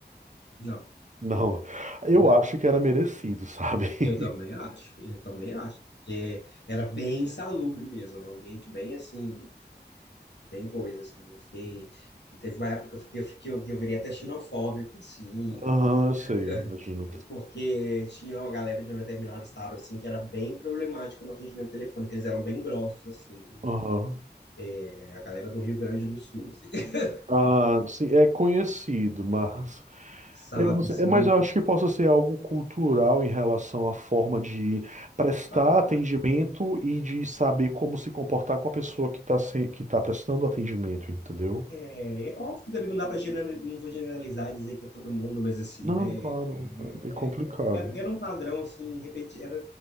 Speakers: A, on the left; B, on the right.
A: não,
B: Não, eu
A: não.
B: acho que era merecido, sabe? <laughs>
A: Eu também acho, eu também acho. Porque era bem insalubre mesmo, era um ambiente bem assim, bem coisa assim. Eu fiquei, teve uma época que eu fiquei, eu fiquei- que eu virei até xenofóbico, assim,
B: Aham, eu sei, imagino.
A: e- porque tinha uma galera de um determinado estado, assim, que era bem problemática no atendimento telefônico, eles eram bem grossos, assim,
B: Aham.
A: é, a galera do Rio Grande do Sul, assim, <laughs>
B: Ah, sim, é conhecido, mas <laughs>
A: sabe,
B: eu, não sei-
A: assim,
B: é, mas
A: de
B: eu acho que possa ser algo cultural em relação à forma de prestar
A: falar.
B: atendimento e de saber como se comportar com a pessoa que está que tá prestando atendimento, entendeu?
A: É, é óbvio que também não dá para não vou generalizar e dizer que é todo mundo, mas assim,
B: Não,
A: né?
B: claro, é bem
A: é,
B: complicado.
A: era, era um padrão assim, repeti, era,